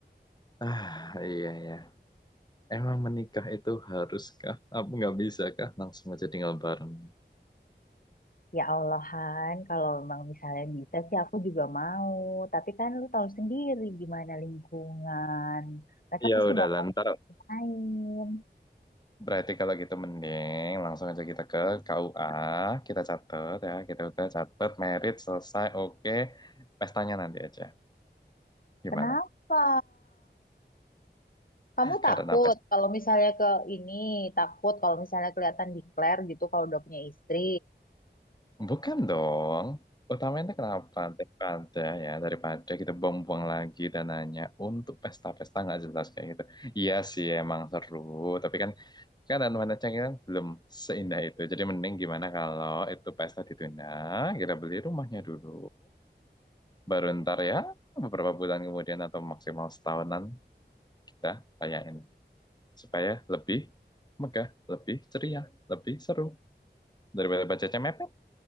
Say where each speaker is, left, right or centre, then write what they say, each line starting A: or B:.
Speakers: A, on the left; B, on the left.
A: ah iya ya emang menikah itu haruskah apa nggak bisa kah langsung aja tinggal bareng
B: Ya Allah Han, kalau memang misalnya bisa sih aku juga mau. Tapi kan lu tahu sendiri gimana lingkungan. Mereka
A: Ya
B: pasti
A: udah
B: bakal
A: lantar
B: main.
A: Berarti kalau gitu mending langsung aja kita ke KUA, kita catat ya, kita udah catat merit selesai, oke, pestanya nanti aja. Gimana?
B: Kenapa? Kamu
A: Karena
B: takut
A: pesta.
B: kalau misalnya ke ini, takut kalau misalnya kelihatan declare gitu kalau udah punya istri.
A: Bukan dong, utamanya kenapa? Daripada ya, daripada kita buang-buang lagi dananya untuk pesta-pesta nggak jelas kayak gitu. Iya sih, emang seru, tapi kan kan dan wanita kan belum seindah itu. Jadi mending gimana kalau itu pesta ditunda, kita beli rumahnya dulu, baru ntar ya beberapa bulan kemudian atau maksimal setahunan kita tanyain supaya lebih megah, lebih ceria, lebih seru daripada bacanya mepet,